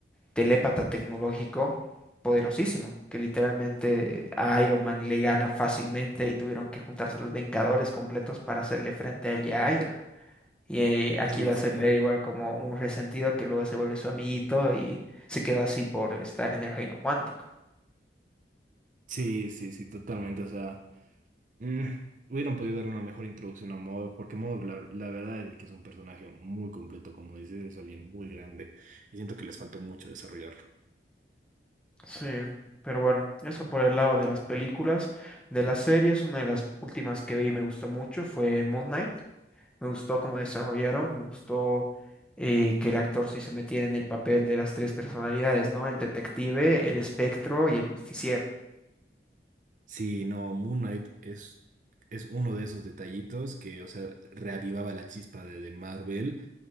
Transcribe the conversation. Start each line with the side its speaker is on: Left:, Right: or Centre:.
Centre: telépata tecnológico poderosísimo, que literalmente a Iron Man le gana fácilmente y tuvieron que juntarse los Vengadores completos para hacerle frente a él y a Hydra. Y eh, aquí
Right: Sí,
Centre: lo
Right: sí,
Centre: hacen ver igual como un resentido que luego se vuelve su amiguito y se quedó así por estar en el reino cuántico.
Right: sí, sí, sí, totalmente. O sea, mm, hubieran podido dar una mejor introducción a Modo, porque Modo, la, la verdad es que es un personaje muy completo, como dices, es alguien muy grande, y siento que les faltó mucho desarrollarlo.
Centre: Sí, pero bueno, eso por el lado de las películas. De las series, una de las últimas que vi y me gustó mucho fue Moon Knight. Me gustó cómo desarrollaron, me gustó eh, que el actor sí se metiera en el papel de las tres personalidades, ¿no? El detective, el espectro y el justiciero.
Right: Sí, no, Moon Knight es, es uno de esos detallitos que, o sea, reavivaba la chispa de, de Marvel